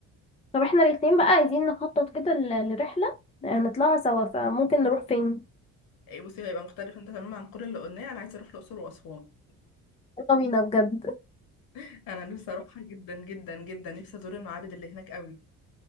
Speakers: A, on the left; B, on the left.
A: طب احنا الاتنين بقى عايزين نخطط كده ل- لرحله آه، نطلعها سوا فممكن نروح فين
B: إيه بصي هيبقى مختلف انت تماما عن كل اللي قلناه انا عايزه اروح الاقصر واسوان
A: يلا بينا بجد <laughs>
B: <laughs> انا نفسي اروحها جدا جدا جدا نفسي ازور المعابد اللي هناك قوي